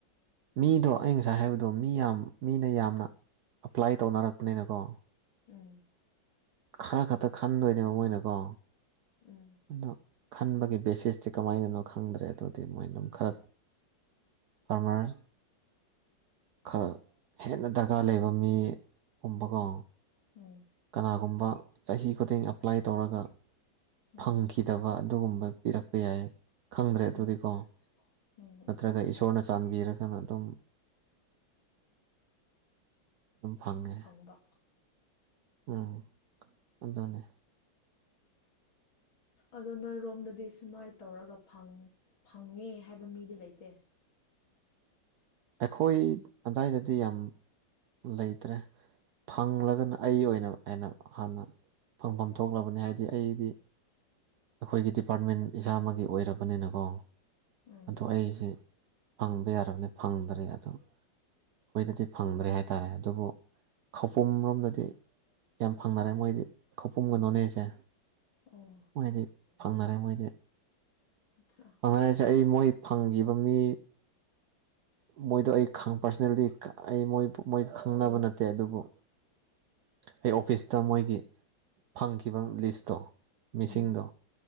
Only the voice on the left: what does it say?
ꯎꯝ
ꯎꯝ
ꯎꯝ
ꯎꯝ
ꯎꯝ ꯎꯝ
ꯐꯪꯕ
ꯑꯗꯣ ꯅꯣꯏꯔꯣꯝꯗꯗꯤ ꯁꯨꯃꯥꯏ ꯇꯧꯔꯒ ꯐꯪ ꯐꯪꯉꯦ ꯍꯥꯏꯕ ꯃꯤꯗꯤ ꯂꯩꯇꯦ
ꯎꯝ
ꯑꯣ
ꯑꯠꯆꯥ
ꯎꯝ